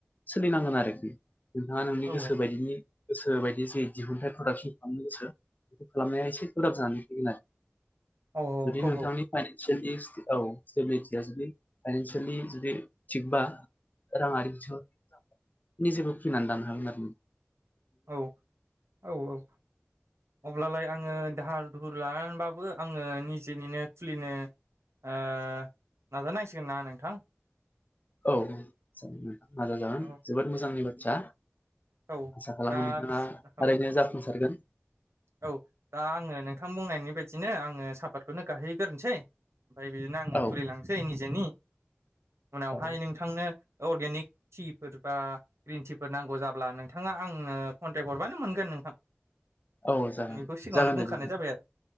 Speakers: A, on the left; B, on the right.
A: सोलिनांगोन आरोखि नोंथाङा नोंनि
B: औ
A: गोसो बायदिनि गोसो बायदि जे दिहुनथाइ प्रदाक्सन खालामनो गोसो बेखौ खालामनाया एसे गोब्राब जानानै फैगोन आरो
B: औ
A: जुदि
B: औ
A: नोंथांनि फाइनसियेल औ स्टेबिलिटिया जुदि फाइनानसियेलि जुदि थिगबा राङारि बिथिंआव निजेबो फिनानै लानो हागोन आरो न
B: औ औ औ अब्लालाय आङो दाहार दुहुर लानानैबाबो आङो निजेनिनो खुलिनो ओ नाजानांसिगोन ना नोंथां
A: औ जाग नाजाजागोन
B: औ
A: जोबोद मोजांनि बाथ्रा
B: औ
A: आसा खालामो
B: दा
A: नोंथाङा ओारैनो
B: औ
A: जाफुंसारगोन
B: औ दा आङो नोंथां बुंनायनि बायदिनो आङो सापातखौनो गाहैगोरोसै ओमफफ्राय बिदिनो आं
A: औ
B: खुलिलांसै निजेनि उनावहाय
A: औ
B: नोंथांनो अर्गेनिक टिफोर बा ग्रिन टिफोर नांगौ जाब्ला नोंथाङा आंनो कन्टेक्ट हरबानो मोनगोन नोंथां
A: औ जागोन
B: बेखौ सिगाङावनो
A: जागोन
B: बुंखानाय
A: दे नोंथां
B: जाबाय आरो